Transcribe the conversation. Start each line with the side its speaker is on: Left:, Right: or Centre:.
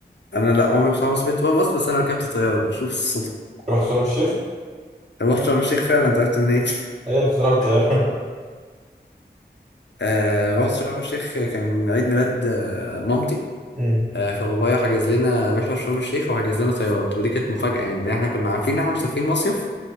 Left: انا لا عمري بصراحة ما سافرت بقى مصر بس انا ركبت طيارة بشوف الصدفة
Right: رحت شرم الشيخ
Left: رحت شرم الشيخ فعلا انت عرفت منين؟ <laughs>
Right: هي اللي بتتراح بالطياره
Left: آه رحت شرم الشيخ كان عيد ميلاد آه، مامتي
Right: <laughs> أمم،
Left: آه، فبابايا حجز لنا رحلة في شرم الشيخ وحجز لنا طيارات ودي كانت مفاجأة يعني لأن احنا كنا عارفين ان احنا مسافرين مصيف